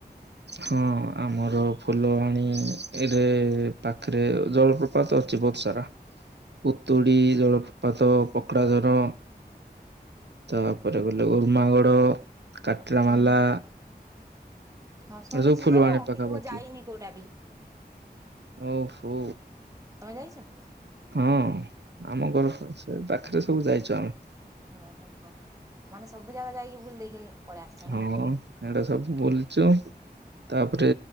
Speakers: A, on the right; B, on the right.
A: ହଁ ଆମର ଫୁଲ ଆଣି ଏରେ ପାଖରେ ଜଳପ୍ରପାତ ଅଛି ବହୁତ ସାରା। ପୁତୁଡ଼ି ଜଳପାତ ପର୍କଜର ତାପରେ ଗଲୁ ଉର୍ମାଗଡ କାଟ୍ରାମାଲା
B: ହୁଁ ହୁଁ ହୁଁ ହଁ ଶୁଣିଛି
A: ଆ ଯଉ ଫୁଲବାଣ
B: ଯେ ମୁଁ
A: ପକାପାଖି
B: କିନ୍ତୁ ମୁଁ ଯାଇନି କୋଉଟା ବି
A: ଓହୋ।
B: ତମେ ଯାଇଚ
A: ହଁ ଆମ ଘର ସେ ପାଖରେ ସବୁ ଯାଇଚ ଆମେ।
B: ଓହୋ ହୋ। ମାନେ ସବୁ ଜାଗା ଯାଇକି ବୁଲି ଦେଇକି ପଳେଇ ଆସିଛ
A: ହଁ
B: ନାଇଁକି।
A: ଏଇଟା ସବୁ ବୁଲିଛୁ ତାପରେ